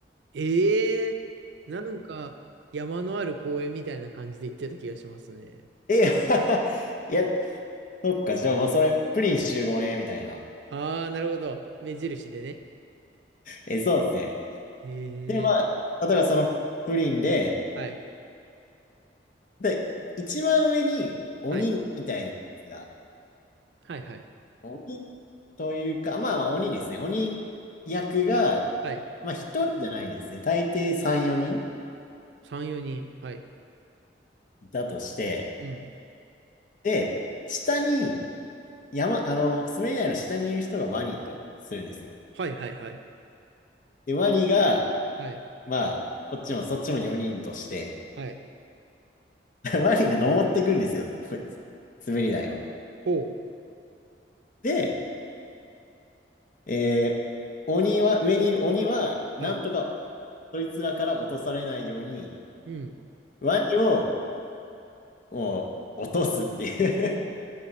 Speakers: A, on the right; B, on the left.
A: ええーなんか山のある公園みたいな感じで行ってた気がしますね。
B: え、<laughs> いや、そっか、じゃあ、まあ、それ、プリン集合ね、みたいな。
A: ああ、なるほど。目印でね。
B: え、そうですね。
A: え
B: で、ま
A: えー
B: あ、例えばそのプリンで、
A: はい。
B: で、一番上に鬼みたいなやつが、
A: はい。はいはい。
B: 鬼というか、まあまあ鬼ですね。鬼役が、
A: はい。
B: まあ一人じゃないですね。大抵3、4人
A: 3、4人。はい。
B: いたとして、
A: うん。
B: で、下に、山、あの、滑り台の下にいる人がワニとするんですよ。
A: はいはいはい。
B: で、ワニが、
A: はい。
B: まあ、こっちもそっちも4人として、
A: はい。
B: <laughs> ワニが登ってくるんですよ。滑り台を。
A: ほう。
B: で、えー鬼は、上にいる鬼は、
A: はい。
B: なんとか、そいつらから落とされないように、
A: うん。
B: ワニを、もう、落とすっていう